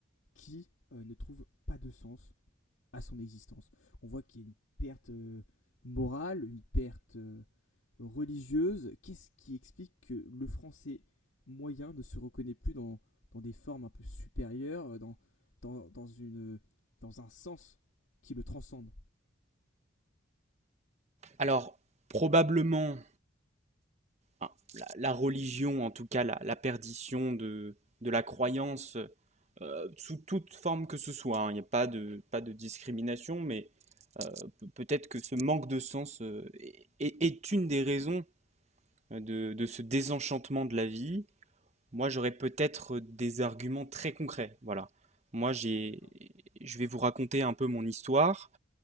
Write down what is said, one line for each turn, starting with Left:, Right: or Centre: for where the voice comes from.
Left: qui euh, ne trouvent pas de sens à son existence. On voit qu'il y a une perte euh, morale, une perte euh, religieuse. Qu'est-ce qui explique que le français moyen ne se reconnaît plus dans, dans des formes un peu supérieures, euh, dans, dans, dans une, dans un sens qui le transcende
Right: Alors, probablement, hein, la, la religion, en tout cas, la, la perdition de, de la croyance euh, sous toute forme que ce soit. hein, Il n'y a pas de, pas de discrimination, mais peut-être que ce manque de sens euh, est, est- une des raisons euh, de, de ce désenchantement de la vie. Moi, j'aurais peut-être des arguments très concrets. Voilà. Moi, j'ai,
Left: D'accord.
Right: je vais vous raconter un peu mon histoire.